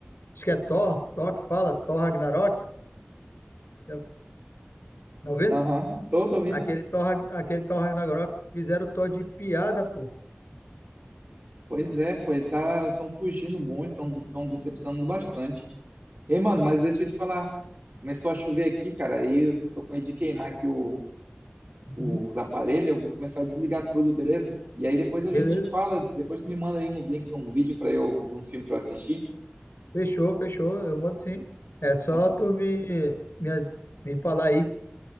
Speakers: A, on the left; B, on the right.
A: acho que é Thor, Thor que fala, Thor Ragnarok, tá tá vendo?
B: aham, tô, tô ouvindo.
A: Aquele Thor, Ragn- aquele Thor Ragnarok, fizeram o Thor de piada, pô.
B: Pois é, pô, ele tá, tão fugindo muito, tão, tão decepcionando bastante. Ei, mano, mas deixa eu te falar. Começou a chover aqui, cara, aí eu tô com medo de queimar aqui o- os
A: Uhum.
B: aparelhos, eu vou começar a desligar tudo, beleza? E aí depois a
A: Beleza,
B: gente fala, depois tu me manda aí uns links de uns vídeos para eu, de uns filmes para eu assistir.
A: fechou, fechou, eu mando sim. É só
B: Então,
A: tu me, me, me falar aí,